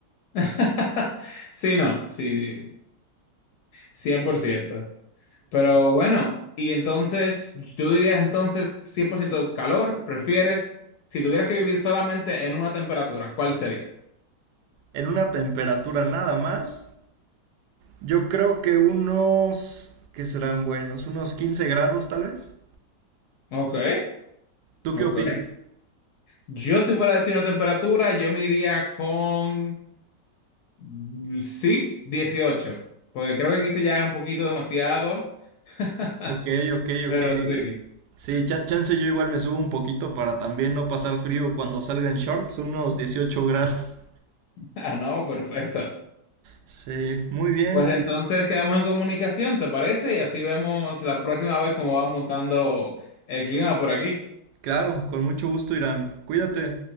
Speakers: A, on the left; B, on the right.
A: <laughs> Sí, no, sí, cien por ciento Pero bueno, y entonces, yo diría entonces 100% calor, prefieres, si tuvieras que vivir solamente en una temperatura, ¿cuál sería?
B: En una temperatura nada más, yo creo que unos, ¿qué serán buenos? Unos 15 grados tal vez.
A: Ok,
B: ¿Tú qué
A: ok.
B: opinas?
A: Yo si fuera a decir una temperatura, yo me iría con... Mm, Sí, 18, porque creo que aquí se ya un poquito demasiado, <laughs>
B: Ok, ok,
A: pero
B: ok.
A: sí.
B: Sí, chan- chance yo igual me subo un poquito para también no pasar frío cuando salga en shorts, unos 18 grados.
A: Ah, no, perfecto.
B: Sí, muy bien,
A: Pues entonces
B: pues
A: quedamos en comunicación, ¿te parece? Y así vemos la próxima vez cómo va mutando el clima por aquí.
B: claro, con mucho gusto, Irán. Cuídate.